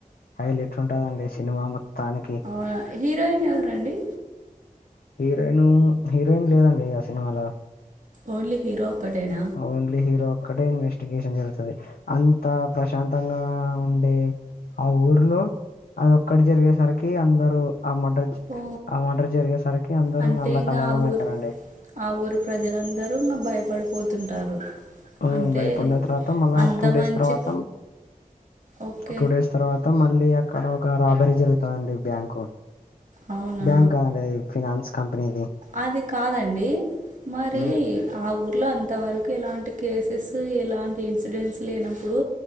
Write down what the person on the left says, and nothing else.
హైలెట్ ఉంటదండి సినిమా మొత్తానికి
హీరోయిను హీరోయిన్ లేదండి ఆ సినిమాలో
ఓన్లీ హీరో ఒక్కడే ఇన్వెస్టిగేషన్ జరుగుతుంది అంత ప్రశాంతంగా ఉండే ఆ ఊర్లో అది ఒక్కటి జరిగేసరికి అందరుూ ఆ మడర్
ఆ మడర్ జరిగేసరికి అందరుూ
అల్లా
కల్లోళం
అవుతారండి
ఉమ్
భయపడిన తర్వాత మళ్ళా
టూ డేస్
తర్వాత
టూ డేస్ తర్వాత మళ్ళీ అక్కడ ఒక రాబరీ జరుగుతుందండి బ్యాంకు
బ్యాంక్ కాదండి అది ఫినాన్స్ కంపెనీది
ఉమ్,